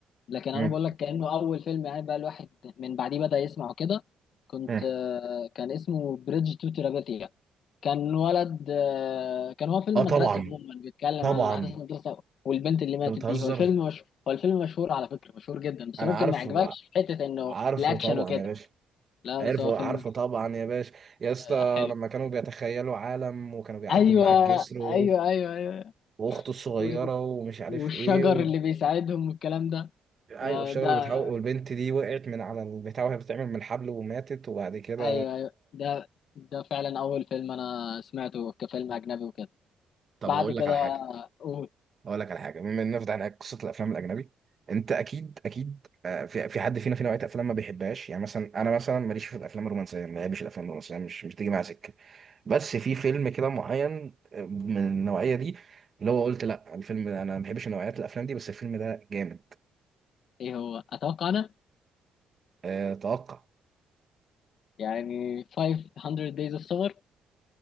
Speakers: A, on the left; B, on the right.
A: لكن
B: مم.
A: انا بقول لك كانه اول فيلم يعني بقى الواحد من بعديه بدا يسمعه كده كنت
B: مم.
A: آه، كان اسمه بريدج تو تيرابيثيا كان ولد آه، كان هو فيلم
B: اه
A: مدرسي
B: طبعا
A: عموما بيتكلم
B: طبعا
A: عن احداث المدرسه والبنت اللي ماتت
B: انت بتهزر
A: دي هو الفيلم مش هو الفيلم مشهور على فكره مشهور جدا بس
B: انا
A: ممكن
B: عارفه
A: ما يعجبكش في حته انه
B: عارفه
A: الاكشن
B: طبعا
A: وكده
B: يا باشا
A: لا
B: عارفه
A: بس هو فيلم
B: عارفه طبعا يا باشا يا اسطى
A: آه، حلو
B: لما كانوا بيتخيلوا عالم وكانوا بيعدوا
A: ايوه
B: من على الجسر و-
A: ايوه ايوه ايوه
B: واخته الصغيرة
A: و- و-
B: ومش عارف
A: والشجر
B: ايه و...
A: اللي بيساعدهم والكلام ده
B: ايوه
A: ده
B: الشغل
A: ده
B: اللي بتحاول والبنت دي وقعت من على البتاع وهي بتعمل من الحبل وماتت وبعد كده
A: ايوه ايوه ده ده فعلا اول فيلم انا سمعته كفيلم اجنبي وكده
B: طب
A: بعد
B: هقول
A: كده
B: لك على حاجة
A: قول
B: اقول لك على حاجه بما اننا فتحنا قصه الافلام الاجنبي انت اكيد اكيد آه، في في حد فينا في نوعيه افلام ما بيحبهاش يعني مثلا انا مثلا ماليش في الافلام الرومانسيه ما بحبش الافلام الرومانسيه مش مش بتيجي معايا سكه بس في فيلم كده معين آه، من النوعيه دي اللي هو قلت لا الفيلم ده انا ما بحبش نوعيات الافلام دي بس الفيلم ده جامد
A: ايه هو اتوقع انا
B: أه توقع
A: يعني 500 days of summer